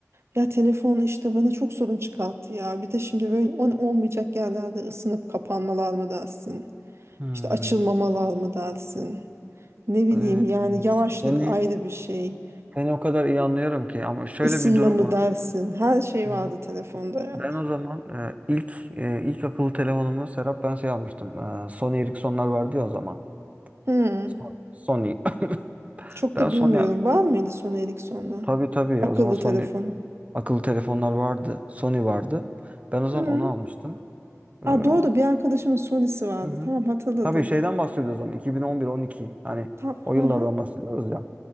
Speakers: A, on the right; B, on the right.
A: Ya telefon işte bana çok sorun çıkarttı ya. Bir de şimdi böyle on olmayacak yerlerde ısınıp kapanmalar mı dersin?
B: Hmm.
A: İşte açılmamalar mı dersin? Ne bileyim
B: Ee,
A: yani yavaşlık
B: Seni,
A: ayrı bir şey.
B: seni o kadar iyi anlıyorum ki ama şöyle
A: Isınma
B: bir durum
A: mı
B: var.
A: dersin? Her şey
B: Hı
A: vardı
B: hı.
A: telefonda yani.
B: Ben o zaman e, ilk e, ilk akıllı telefonumu Serap ben şey almıştım. E, Sony Ericssonlar vardı ya o zaman.
A: Hmm,
B: Son- Sony. <laughs>
A: çok
B: Ben
A: da
B: Sony
A: bilmiyorum. Var mıydı Sony Ericsson'da?
B: tabii tabii
A: Akıllı
B: o zaman Sony
A: telefonu.
B: akıllı telefonlar vardı. Sony vardı. Ben o zaman
A: Hmm.
B: onu almıştım. E,
A: Aa,
B: hı
A: doğru bir arkadaşımın Sony'si vardı.
B: hı.
A: Tamam hatırladım.
B: Tabii şeyden bahsediyoruz o zaman 2011-12 hani
A: Tam,
B: o
A: hı
B: yıllardan
A: hı,
B: bahsediyoruz ya.